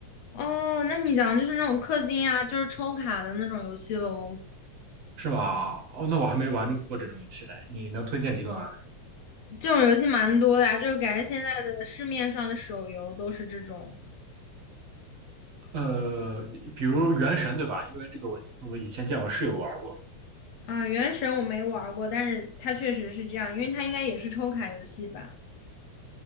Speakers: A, on the left; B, on the right.
A: 哦，那你讲的就是那种氪金啊，就是抽卡的那种游戏喽。
B: 是吗？哦，那我还没玩过这种游戏嘞，你能推荐几个吗？
A: 这种游戏蛮多的呀、就是感觉现在的市面上的手游都是这种
B: 呃，比如《原神》对吧？因为这个我我以前见我室友玩过，
A: 啊。原神我没玩儿过，但是它确实是这样，因为它应该也是抽卡游戏吧。